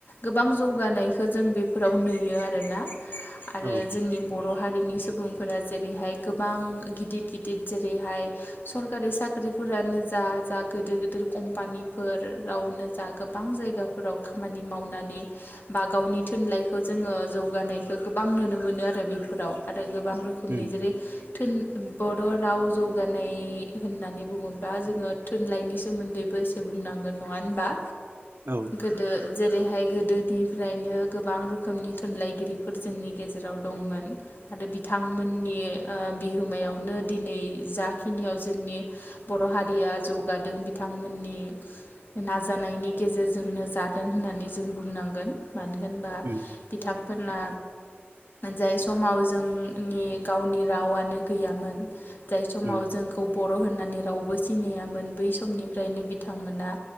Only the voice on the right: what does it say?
औ
उम
औ
उम
उम